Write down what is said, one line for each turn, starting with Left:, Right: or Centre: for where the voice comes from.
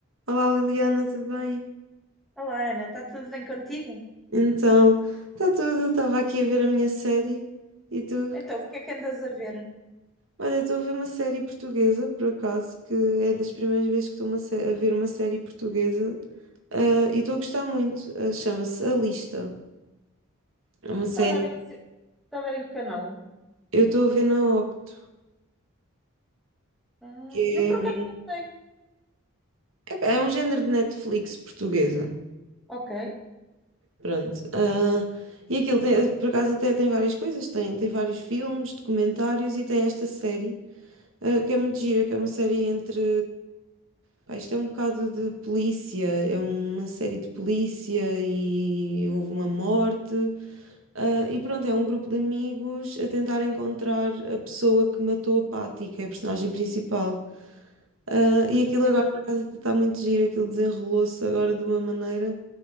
Right: Olá Liliana, tudo bem?
Centre: Olá, Ana, está tudo bem contigo?
Right: Então, está tudo, estava aqui a ver a minha série e tu?
Centre: Então, o que é que andas a ver?
Right: Olha, estou a ver uma série portuguesa, por acaso, que é das primeiras vezes que estou uma sé- a ver uma série portuguesa ah, e estou a gostar muito. Ah, chama-se A Lista. É uma série.
Centre: Está a ver em que, está a ver em que canal?
Right: Eu estou a ver na Opto,
Centre: Ah,
Right: que
Centre: eu por
Right: é um,
Centre: acaso não tenho.
Right: é, é um género de Netflix portuguesa.
Centre: Ok.
Right: Pronto. Ah, e aquilo, tem, por acaso, até tem várias coisas: tem, tem vários filmes, documentários e tem esta série. Ah, que é muito gira, que é uma série entre. Pá, isto é um bocado de polícia, é uma série de polícia e houve uma morte. Ah, e pronto, é um grupo de amigos a tentar encontrar a pessoa que matou a Patty, que é a personagem principal. Ah, e aquilo
Centre: Ui.
Right: agora, por acaso, está muito giro, aquilo desenrolou-se agora de uma maneira